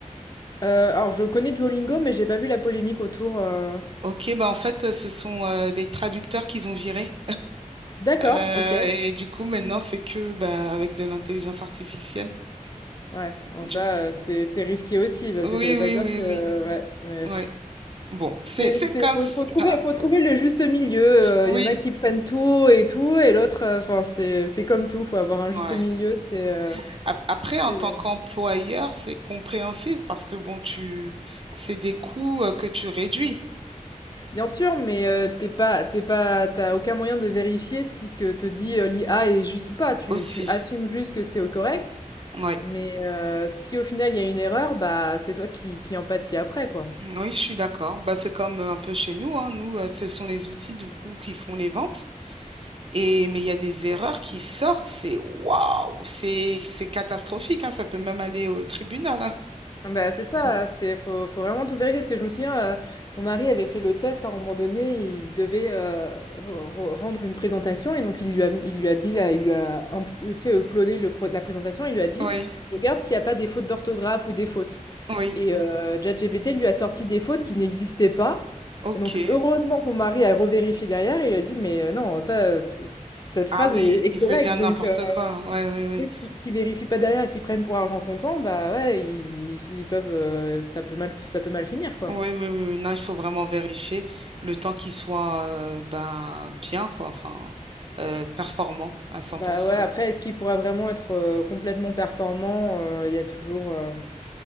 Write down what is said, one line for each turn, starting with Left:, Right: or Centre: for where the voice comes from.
Left: Euh, alors, je connais Duolingo, mais j'ai pas vu la polémique autour. euh.
Right: Ok, bah en fait, euh, ce sont euh, des traducteurs qu'ils ont virés.
Left: D'accord,
Right: Euh,
Left: ok.
Right: et du coup, maintenant, c'est que bah, avec de l'intelligence artificielle.
Left: Ouais, bon,
Right: Du
Left: ça,
Right: coup,
Left: euh,
Right: bon.
Left: c'est c'est risqué aussi, parce
Right: Oui,
Left: que ça veut
Right: oui,
Left: pas dire
Right: oui,
Left: que.
Right: oui.
Left: Ouais, mais.
Right: Ouais. Bon,
Left: C'est
Right: c'est c'est
Left: c'est
Right: comme
Left: faut
Right: ça.
Left: faut trouver faut trouver le juste milieu,
Right: Oui,
Left: heu, il y en a qui prennent tout et tout et l'autre, heu, enfin c'est c'est comme tout, faut avoir un juste
Right: ouais.
Left: milieu, c'est, heu,
Right: Ap- Après, en
Left: c'est,
Right: tant
Left: euh,
Right: qu'employeur, c'est compréhensible parce que bon, tu, c'est des coûts euh, que tu réduis
Left: bien sûr, mais, heu, tu pas t'es pas t'as aucun moyen de vérifier si ce que te dit, heu, l'IA est juste ou pas. Tu
Right: aussi.
Left: tu assumes juste que c'est, heu, correct,
Right: Oui,
Left: mais, heu, si au final il y a une erreur, bah, c'est toi qui qui en pâtis après, quoi.
Right: oui, je suis d'accord. Bah, c'est comme euh, un peu chez nous, hein. Nous, euh, ce sont les outils du coup qui font les ventes. Et mais il y a des erreurs qui sortent. C'est waouh, c'est c'est catastrophique. hein. Ça peut même aller au tribunal. hein.
Left: Bah, c'est ça,
Right: Mm.
Left: c'est faut, faut vraiment tout vérifier. Parce que je me souviens, euh, mon mari avait fait le test hein, à un moment donné, il devait euh, re- re- rendre une présentation et donc il lui a, il lui a dit, là, il lui a imp- tu sais, uploadé le pro- la présentation, il lui a dit,
Right: Oui,
Left: regarde s'il n'y a pas des fautes d'orthographe ou des fautes.
Right: oui,
Left: Et euh, ChatGPT lui a sorti des fautes qui n'existaient pas.
Right: ok.
Left: Et donc heureusement que mon mari a revérifié derrière, il a dit, mais euh, non, ça, c- cette phrase
Right: Ah oui,
Left: est, est
Right: il
Left: correcte.
Right: peut dire n'importe
Left: Donc, euh,
Right: quoi. Oui,
Left: ceux
Right: oui,
Left: qui, qui vérifient pas derrière et qui prennent pour argent comptant, bah ouais, ils, ils peuvent, euh, ça peut mal, ça peut mal finir quoi.
Right: Oui, oui, oui, oui. non, il faut vraiment vérifier le temps qu'il soit euh, ben, bien, quoi, enfin, euh, performant à 100%.
Left: Bah ouais, après, est-ce qu'il pourra vraiment être euh, complètement performant? Euh, Il y a toujours, euh,